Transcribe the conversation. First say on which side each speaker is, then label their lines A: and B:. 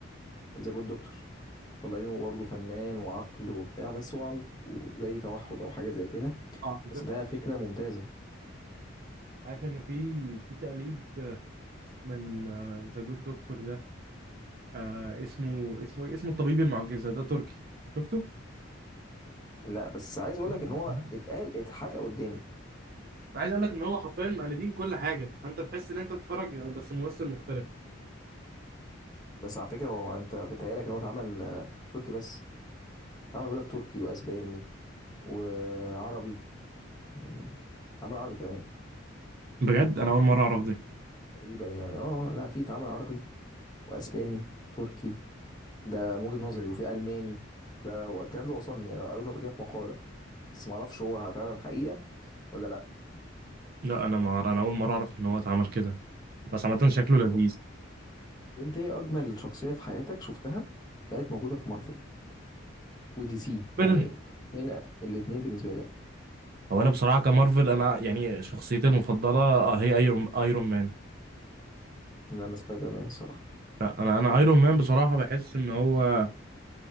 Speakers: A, on the left (about 20°); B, on the right (about 50°).
A: ذا جود دكتور مطلعينه برضه فنان وعقل وبتاع بس هو عنده زي توحد او حاجه زي كده
B: اه بالظبط
A: بس ده فكره ممتازه
B: عارف إن في في تقليد من ذا جود دكتور ده آه اسمه اسمه إيه؟ اسمه الطبيب المعجزة ده تركي شفته؟
A: لا بس عايز اقول
B: أنا
A: لك ان هو اتقال اتحكى قدامي
B: عايز اقول لك ان هو حرفيا مقلدين كل حاجه انت تحس ان انت بتتفرج بس ممثل مختلف
A: بس على فكره هو انت بتهيألك ان هو اتعمل آه، تركي بس اتعمل بيقول لك تركي واسباني وعربي يعني اتعمل عربي كمان
B: بجد انا اول مره اعرف ده
A: تقريبا يعني اه لا في اتعمل عربي واسباني تركي ده من وجهة نظري وفي الماني ده والكلام ده وصلني يعني، انا قريته قبل كده في مقالة بس ما اعرفش هو فعلا حقيقة ولا لا
B: لا انا مع... انا اول مره اعرف ان هو اتعمل كده بس عامه شكله لذيذ
A: طب انت ايه اجمل شخصية في حياتك شفتها كانت موجودة في مارفل ودي سي يعني
B: مارفل
A: هنا الاتنين بالنسبة لك
B: هو انا بصراحه كمارفل انا يعني شخصيتي المفضله آه هي ايرون ايرون مان
A: لان سبايدر مان الصراحة
B: لا انا انا ايرون مان بصراحه بحس ان هو